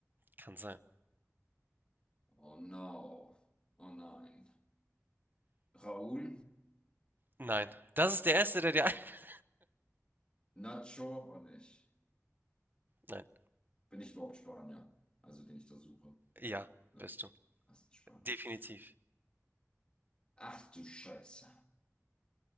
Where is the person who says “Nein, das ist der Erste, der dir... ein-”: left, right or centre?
Right